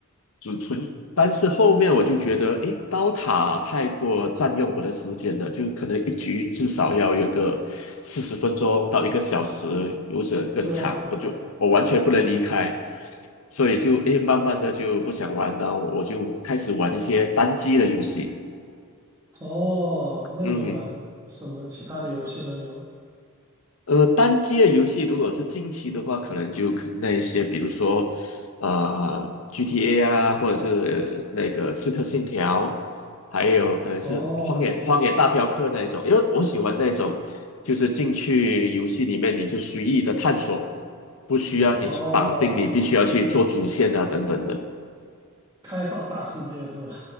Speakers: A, on the left; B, on the right.
A: 就纯，但是后面我就觉得，诶，刀塔太过占用我的时间了，就可能一局至少要有个四十分钟到一个小时，有时更长，
B: <laughs> 对啊，对，
A: 我就我完全不能离开，所以就诶，
B: 嗯，
A: 慢慢的就不想玩了，我就开始玩一些单机的游戏，
B: 哦，那你玩什么其他的游戏呢？
A: 嗯。
B: 有，
A: 呃，单机的游戏如果是近期的话，可能就可那一些，比如说，啊、GTA 啊，或者是那个《刺客信条》，还有可能是《荒野荒野大镖客》那一种，
B: 哦
A: 因为我喜欢那种，就是进去游戏里面你就随意的探索，不需要你去绑定，
B: 哦，
A: 你必须要去做主线啊等等的。
B: 开放大世界是吧？